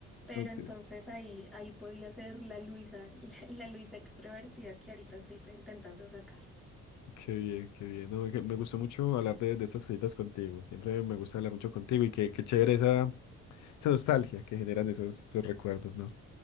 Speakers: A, in the centre; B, on the left.
A: pero
B: ok,
A: entonces ahí, ahí podía ser la Luisa, <laughs> la, la Luisa extrovertida que ahorita estoy t- intentando sacar.
B: qué bien, qué bien. No, que me gustó mucho hablar de, de estas cositas contigo. Siempre me gusta hablar mucho contigo y qué, qué chévere esa, esa nostalgia que generan esos, esos recuerdos, ¿no?